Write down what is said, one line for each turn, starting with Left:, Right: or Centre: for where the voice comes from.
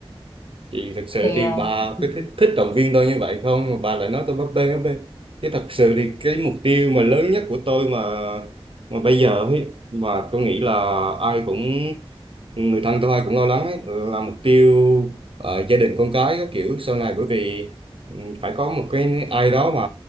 Right: thì thật sự
Left: thì
Right: thì
Left: ờ,
Right: bà
Left: ừ.
Right: cứ thích, thích động viên tôi như vậy không mà bà lại nói tôi bấp bênh bấp bênh chứ thật sự thì cái mục tiêu mà lớn nhất của tôi mà mà bây giờ ấy mà tôi nghĩ là ai cũng người thân tôi cũng lo lắng ấy, là mục tiêu ờ, gia đình con cái các kiểu sau này bởi vì ừ, phải có một cái ai đó mà